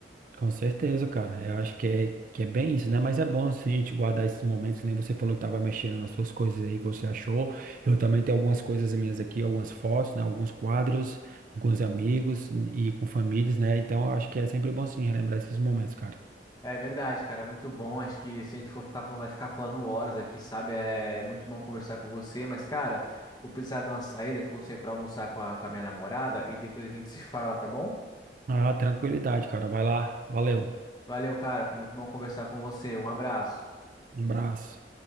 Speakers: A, on the right; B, on the left.
A: Com certeza, cara. Eu acho que é, que é bem isso, né? Mas é bom, sim, a gente guardar esses momentos. que Nem você falou que tava mexendo nas suas coisas aí que você achou. Eu também tenho algumas coisas minhas aqui, algumas fotos, né? Alguns quadros, alguns amigos e com famílias, né? Então, eu acho que é sempre bom, sim, relembrar esses momentos, cara.
B: É verdade, cara, é muito bom. Acho que se a gente for ficar falando, vai ficar falando horas aqui, sabe? É é muito bom conversar com você, mas, cara, vou precisar dar uma saída que eu vou sair pra almoçar com a, com a minha namorada e depois a gente se fala, tá bom?
A: Ah, tranquilidade, cara. Vai lá. Valeu.
B: Valeu, cara, foi muito bom conversar com você. Um abraço.
A: Um abraço.